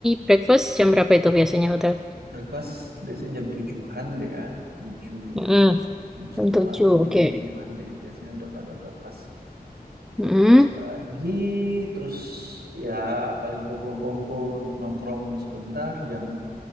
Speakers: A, in the centre; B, on the right.
A: breakfast jam berapa itu biasanya hotel?
B: breakfast biasanya jam tujuhan deh ya, tujuh
A: Mm-mm.
B: tujuh
A: Jam
B: setengah
A: 7
B: delapan tapi
A: oke.
B: jam tujuhan deh biasanya udah pada breakfast.
A: Mm-mm.
B: breakfast pagi, terus ya paling kongko-kongko nongkrong sebentar jam